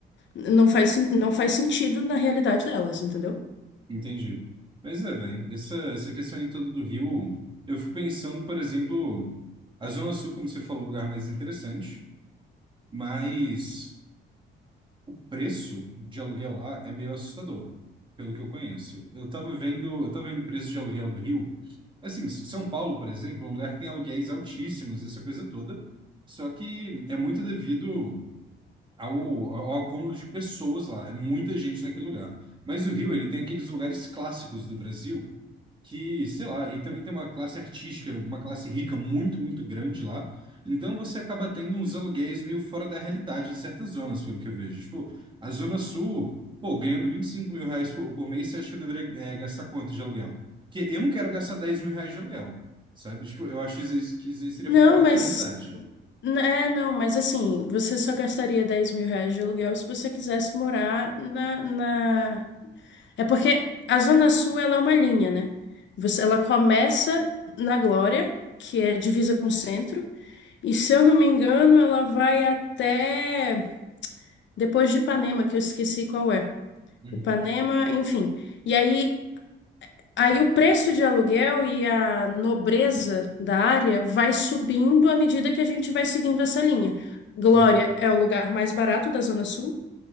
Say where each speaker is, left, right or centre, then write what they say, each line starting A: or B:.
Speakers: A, on the left (about 65°); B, on the right (about 25°).
A: não faz, sen- não faz sentido na realidade delas, entendeu?
B: Entendi. Mas é, velho, essa, essa questão aí toda do Rio, eu fico pensando, por exemplo, a Zona Sul, como você falou, é o lugar mais interessante, mas. preço de aluguel lá é meio assustador, pelo que eu conheço. Eu tava vendo, eu tava vendo o preço de aluguel do Rio. Assim, S- São Paulo, por exemplo, é um lugar que tem aluguéis altíssimos, essa coisa toda. Só que é muito devido ao, ao acúmulo de pessoas lá. É muita gente naquele lugar. Mas o Rio, ele tem aqueles lugares clássicos do Brasil que, sei lá, e também tem uma classe artística, uma classe rica muito, muito grande lá. Então você acaba tendo uns aluguéis meio fora da realidade em certas zonas, pelo que eu vejo. Tipo, a Zona Sul, pô, ganhando vinte e cinco mil reais por, por mês, você acha que eu deveria, eh, gastar quanto de aluguel? Porque eu não quero gastar dez mil reais de aluguel, sabe? Tipo, eu acho que isso aí que isso aí seria
A: Não,
B: fora
A: mas.
B: da realidade.
A: É, não, mas assim, você só gastaria dez mil reais de aluguel se você quisesse morar na, na... É porque a Zona Sul, ela é uma linha, né? Você, ela começa na Glória, que é divisa com o centro, e se eu não me engano, ela vai até depois de Ipanema, que eu esqueci qual é.
B: Uhum,
A: Ipanema, enfim. E aí Aí o preço de aluguel e a nobreza da área vai subindo à medida que a gente vai seguindo essa linha. Glória
B: uhum,
A: é o lugar mais barato da Zona Sul